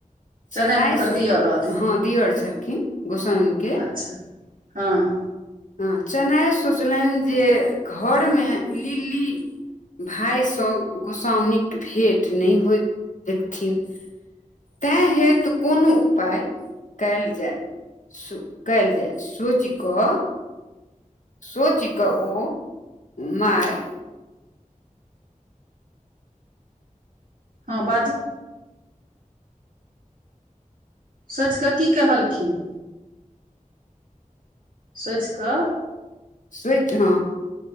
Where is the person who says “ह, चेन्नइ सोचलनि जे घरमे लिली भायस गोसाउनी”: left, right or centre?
Left